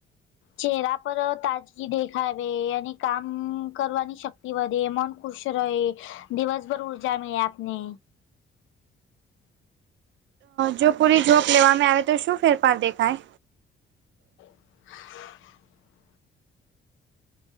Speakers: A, on the left; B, on the right.
A: ચહેરા પર તાજગી દેખાવે અને કામ કરવાની શક્તિ વધે મન. ખુશ રહે દિવસભર ઉર્જા મેળ આપને.
B: જો પૂરી જોક લેવામાં આવે તો શું ફેરફાર દેખાય.
A: <inaudible>